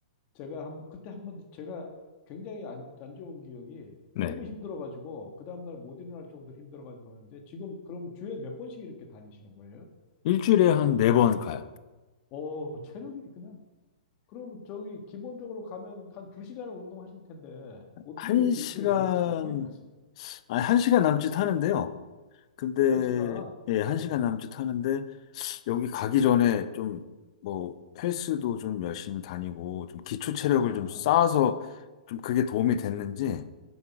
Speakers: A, on the left; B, on the left.
A: 제가 한번, 그때 한번 제가 굉장히 안, 안 좋은 기억이
B: 네.
A: 너무 힘들어가지고, 그 다음날 못 일어날 정도로 힘들어가지고 하는데, 지금 그러면 주에 몇 번씩 이렇게 다니시는 거예요?
B: 일주일에 한 4번 가요.
A: 오, 체력이 그냥 그럼 저기 기본적으로 가면 한 두시간을 운동하실 텐데 어떻게
B: 1시간,
A: 그렇게 일주일에 네 번씩 어떻게 가세요?
B: 아니, 한 시간 남짓 하는데요. 근데,
A: 한시간
B: 예, 1시간
A: 예,
B: 남짓 하는데, 여기 가기
A: 예.
B: 전에 좀, 뭐, 헬스도 좀 열심히 다니고, 좀 기초 체력을
A: 아,
B: 좀 쌓아서, 좀 그게 도움이 됐는지,